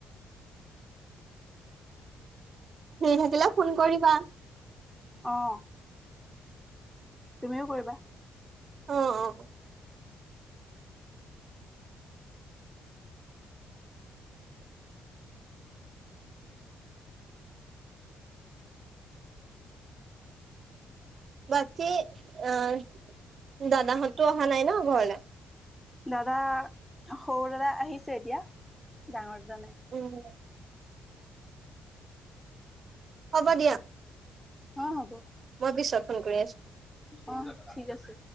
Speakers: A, on the right; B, in the centre.
A: ফ্ৰি থাকিলে ফোন কৰিবা
B: অ' তুমিও কৰিবা।
A: অ অ বাকী আহ দাদাহঁতো অহা নাই ন ঘৰলৈ
B: দাদা সৰু দাদা আহিছে এতিয়া ডাঙৰ দাদা নাই
A: উম হ'ব দিয়া
B: অ হ'ব
A: <unintelligible> কৰি আছো
B: অ ঠিক আছে